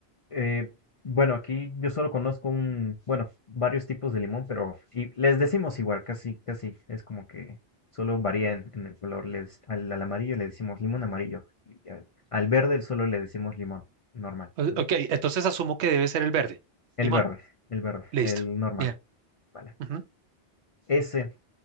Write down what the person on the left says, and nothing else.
Eh, bueno, aquí yo solo conozco un, bueno, varios tipos de limón, pero y les decimos igual, casi, casi. Es como que solo varía en, en el color. Les, al, al amarillo le decimos limón amarillo. Y al, al verde solo le decimos limón normal,
¿vale?
El
verde, el verde,
el normal,
¿vale?
Ese